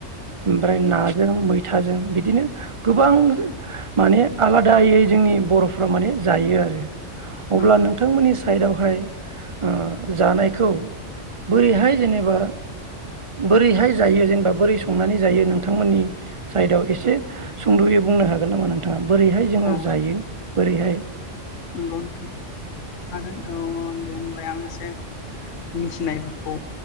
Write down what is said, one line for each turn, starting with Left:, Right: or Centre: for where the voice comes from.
Right: ओमफ्राय नाजों मैथाजों बिदिनो गोबां माने आलादायै जोंनि बर'फ्रा माने जायो आरो अब्ला
Left: नंगौ
Right: नोंथांमोननि साइदआव हाय ओ जानायखौ बोरैहाय जेनेबा बोरैहाय जायो जेनेबा बोरै संनानै जायो नोंथांमोननि साइदआव एसे सुंद'यै बुंनो हागोन नामा नोंथाङा बोरैहाय जोङो
Left: औ
Right: जायो बोरैहाय
Left: नंगौ नोंथां हागोन औ दे होनोमलाय आं एसे मिथिनायफोरखौ